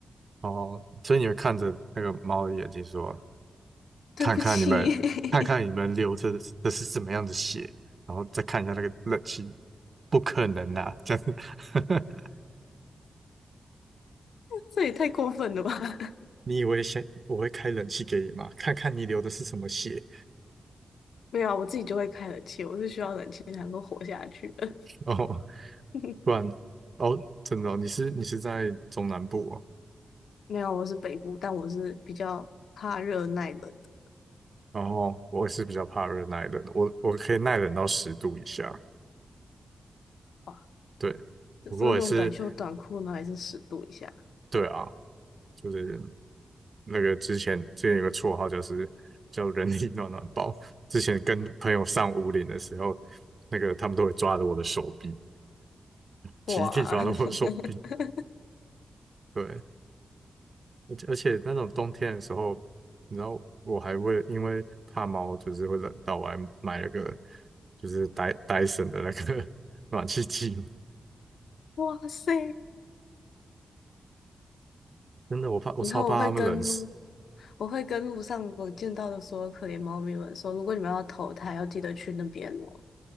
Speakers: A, on the right; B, on the left.
A: 哦，所以你们看着那个猫的眼睛说，
B: 对不起，
A: 看看你们，
B: <laughs>
A: 看看你们流着的是怎么样的血，然后再看一下那个冷气，不可能啊，这样子，<laughs>
B: 这也太过分了吧？<laughs>
A: 你以为先我会开冷气给你吗？看看你流的是什么血
B: 没有啊，我自己就会开冷气，我是需要冷气才能够活下去的。
A: 哦，
B: <laughs>
A: 不然哦，真的哦你是你是在中南部哦，
B: 没有啊，我是北部，但我是比较怕热耐冷的
A: 然后我也是比较怕热耐冷，我我可以耐冷到十度以下，
B: 吧，
A: 对，
B: 有时候那种短袖短裤呢，
A: 不过也是
B: 也是十度以下。
A: 对啊，就是那个之前之前有个绰号就是叫人力暖暖包，之前跟朋友上五岭的时候，那个他们都会抓着我的手臂，集体抓着我的手臂，
B: 哇 <laughs>
A: 对，而且而且那种冬天的时候，你知道我还会因为怕猫就是会冷到，我还买了个就是戴戴森的那个 <laughs> 暖气机嘛。
B: 哇塞！
A: 真的，我怕我超怕它们冷死，
B: 以后我会跟路，我会跟路上我见到的所有可怜猫咪们说，如果你们要投胎，要记得去那边哦。